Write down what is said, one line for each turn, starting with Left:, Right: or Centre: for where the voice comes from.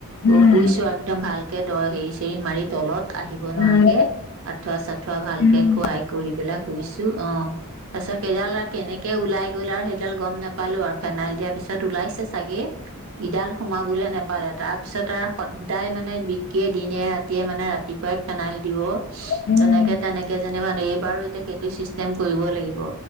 Left: উম
Right: শুইছো। একদম ভালকে দ হেৰি চেৰি মাৰি তলত আহিব নোৱাৰাকে
Left: উম
Right: আঠুৱা চাঠুৱা ভালকে
Left: উম
Right: খুৱাই কৰি পেলাই শুইছো। অ তাৰ পিছত সেইডাল কেনেকে ওলাই গ'ল আৰু সেইডাল গম নাপালো আৰু। ফেনাইল দিয়াৰ পিছত ওলাইছে চাগে, ইডাল সোমাবলৈ নেপালে তাৰ পিছত আৰু সদায় মানে বিকিয়ে দিনে ৰাতিয়ে মানে ৰাতিপুৱাই ফেনাইল দিব।
Left: উম
Right: তেনেকে তেনেকে যেনিবা এইবাৰো এতিয়া সেইটো চিষ্টেম কৰিব লাগিব।